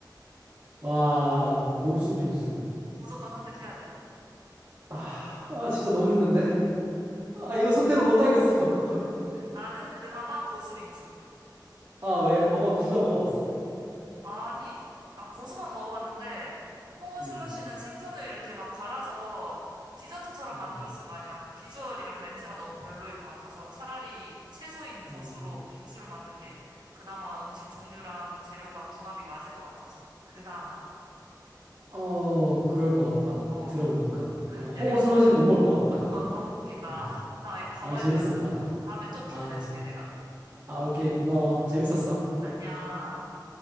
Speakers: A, on the right; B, on the right.
A: 와 고수 빙수.
B: 무조건 선택해야 돼.
A: 아, 아 진짜 너무 힘든데. 아 이거 선택을 못 하겠어. <laughs>
B: 나는 그나마 고수빙수.
A: 아 왜? 먹어 둘 다 먹어봤어?
B: 아니, 아, 고수만 먹어봤는데, 홍어
A: 음.
B: 슬러시는 생선을 이렇게 막 갈아서 디저트처럼
A: 음.
B: 만들었을 거 아니야. 그 비주얼이랑 냄새가 너무 별로일 것 같아서 차라리 채소인 고수로
A: 어.
B: 빙수를 만든 게 그나마 음식 종류랑 재료가 궁합이 맞을 것 같아서. 그나마.
A: 어, 그럴 것 같다.
B: 어,
A: 들어보니까.
B: <laughs>
A: 어, 홍어
B: 야, 이거
A: 슬러시는
B: 너무,
A: 못 먹을 것 같다.
B: 어, 너무 웃긴다.
A: 어,
B: <laughs> 나 이거 가봐야
A: 아, 이거 재밌었다.
B: 돼가지고, 다음에 또 퀴즈
A: 아,
B: 내줄게, 내가.
A: 아, 오케이. 고마워. 재밌었어.
B: 안녕.